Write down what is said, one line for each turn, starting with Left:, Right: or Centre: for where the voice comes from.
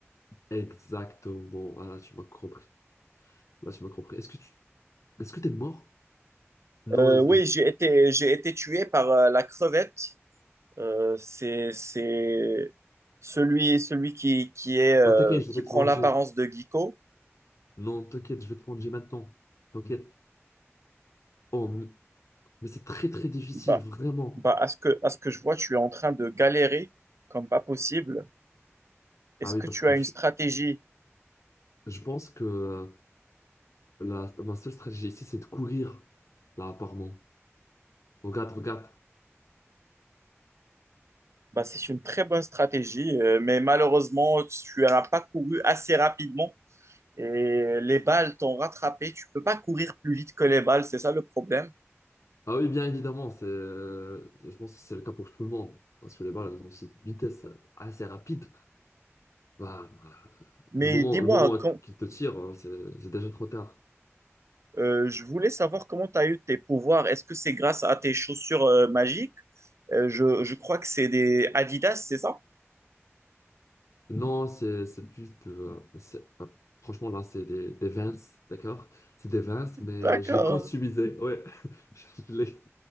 Left: Exactement. Ah, là, tu m'as compris. Là, tu m'as compris. Est-ce que tu, est-ce que t'es mort? Non,
Right: Euh,
Left: je-
Right: oui, j'ai été, j'ai été tué par euh, la crevette. Euh, c'est, c'est celui, celui qui, qui est, euh,
Left: non, t'inquiète, je
Right: qui
Left: vais
Right: prend
Left: te venger.
Right: l'apparence de Giko.
Left: Non, t'inquiète, je vais te venger maintenant. T'inquiète. Oh, mais mais c'est très très difficile,
Right: Bah,
Left: vraiment.
Right: bah, à ce que, à ce que je vois, tu es en train de galérer comme pas possible. Est-ce
Left: Ah oui,
Right: que
Left: parce
Right: tu
Left: que
Right: as
Left: je,
Right: une stratégie?
Left: je pense que euh, la, ma seule stratégie ici, c'est de courir, là, apparemment. Regarde, regarde.
Right: Bah, c'est une très bonne stratégie, euh, mais malheureusement, tu n'as pas couru assez rapidement et les balles t'ont rattrapé. Tu peux pas courir plus vite que les balles, c'est ça le problème.
Left: Ah oui, bien évidemment, c'est, euh, je pense que c'est le cas pour tout le monde. Parce que les balles, elles ont aussi une vitesse assez rapide. Bah, euh,
Right: Mais
Left: le moment,
Right: dis-moi,
Left: le moment
Right: quand,
Left: qu'ils te tirent, euh, c'est c'est déjà trop tard.
Right: euh, je voulais savoir comment tu as eu tes pouvoirs. Est-ce que c'est grâce à tes chaussures euh, magiques? Euh, je, je crois que c'est des Adidas, c'est ça?
Left: Non, c'est c'est plus de... c'est- euh, franchement, là, c'est des, des Vans, d'accord? C'est des Vans, mais
Right: D'accord,
Left: je les customisais, ouais. <laughs> Je les,